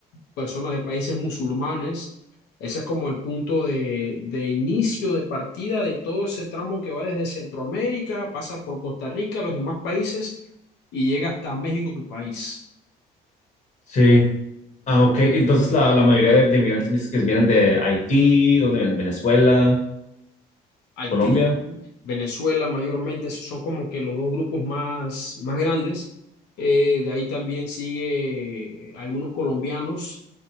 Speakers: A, on the left; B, on the left.
A: personas de países musulmanes. Ese es como el punto de, de inicio, de partida de todo ese tramo que va desde Centroamérica, pasa por Costa Rica, los demás países y llega hasta México, tu país.
B: Sí. Ah, ok. Entonces la, la mayoría de, de migrantes me dices que vienen de Haití, ¿dónde vienen? ¿De Venezuela,
A: Haití,
B: Colombia?
A: Venezuela mayormente, esos son como que los dos grupos más, más grandes. Eh, de ahí también sigue algunos colombianos,